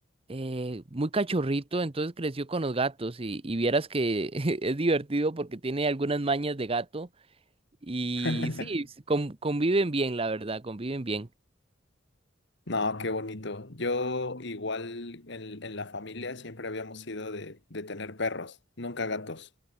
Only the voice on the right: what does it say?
eh, muy cachorrito, entonces creció con los gatos y, y vieras que <laughs> es divertido porque tiene algunas mañas de gato y
sí, s- con- conviven bien, la verdad, conviven bien.